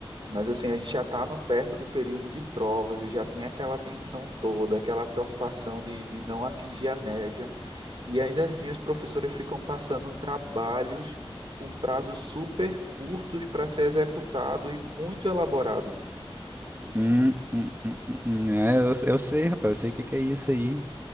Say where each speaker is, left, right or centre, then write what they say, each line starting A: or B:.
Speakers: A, on the right; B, on the right.
A: Mas assim, a gente já está perto do período de provas e já tem aquela tensão toda, aquela preocupação de, de não atingir a média. E ainda assim, os professores ficam passando trabalhos com prazos super curtos para ser executado e muito elaborado.
B: Hum, hum, hum, hum, hum. hum. É, eu, eu sei, rapaz, eu sei o que que é isso aí.